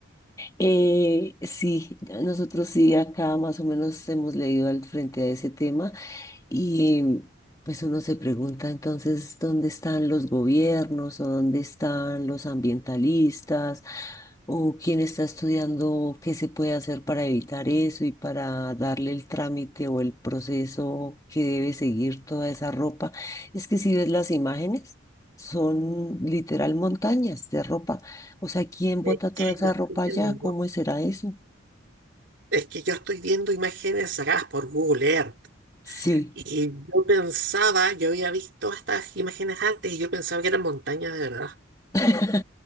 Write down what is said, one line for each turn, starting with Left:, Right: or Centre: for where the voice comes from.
Left: Eh, sí, ya nosotros sí acá más o menos hemos leído al frente a ese tema. Y pues uno se pregunta entonces dónde están los gobiernos o dónde están los ambientalistas o quién está estudiando qué se puede hacer para evitar eso y para darle el trámite o el proceso que debe seguir toda esa ropa. Es que si ves las imágenes, son literal montañas de ropa. O sea, ¿quién
Right: Es
Left: bota
Right: que
Left: toda esa
Right: yo estoy
Left: ropa
Right: viendo,
Left: allá? ¿Cómo
Right: ¿no?
Left: será eso?
Right: es que yo estoy viendo imágenes sacadas por Google Earth.
Left: Sí,
Right: Y yo pensaba, yo había visto estas imágenes antes y yo pensaba que eran montañas de verdad.
Left: <laughs>